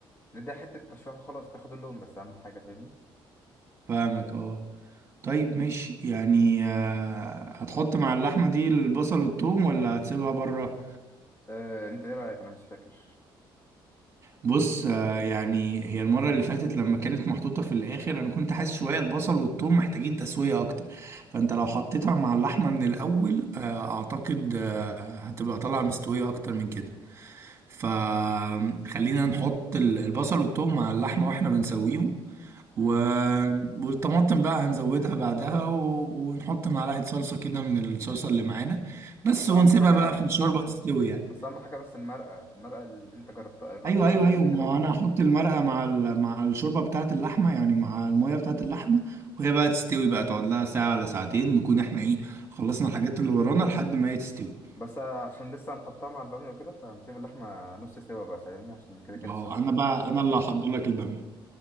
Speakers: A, on the left (about 25°); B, on the right (about 30°).
A: ونديها حته تشويح وخلاص تاخد اللون بس اهم حاجه فاهمني
B: فاهمك اه طيب ماشي يعني آه، هتحط مع اللحمة دي البصل والثوم ولا هتسيبها بره
A: آه، انت ايه رايك انا مش فاكر
B: بص آه، يعني هي المرة اللي فاتت لما كانت محطوطة في الآخر أنا كنت حاسس شوية البصل والثوم محتاجين تسوية أكتر فأنت لو حطيتها مع اللحمة من الأول آه، أعتقد آه، هتبقى طالعة مستوية أكتر من كده فخلينا نحط ال- البصل والثوم مع اللحمة وإحنا بنسويهم
A: مم.
B: و- والطماطم بقى هنزودها بعدها و... ونحط معلقة صلصة كده من الصلصة اللي معانا بس
A: هو
B: ونسيبها
A: اهم حاجه
B: بقى في الشوربة تستوي يعني
A: بس اهم حاجه بس المرقه المرقه اللي انت جربتها جربناها
B: ايوه ايوه
A: عندك
B: ايوه
A: قبل
B: ما
A: كده وبتاع
B: هو انا هحط المرقه مع ال... مع الشوربه بتاعه اللحمه يعني مع الميه بتاعه اللحمه وهي بقى تستوي بقى تقعد لها ساعه ولا ساعتين نكون احنا ايه خلصنا الحاجات اللي ورانا لحد ما هي تستوي
A: بس عشان لسه هنحطها مع الباميه وكده فهنسيب اللحمه نص سوا بقى فاهمني عشان كده كده
B: اه
A: لسه هتتحط
B: انا بقى
A: في الفرن
B: انا اللي هحضر لك الباميه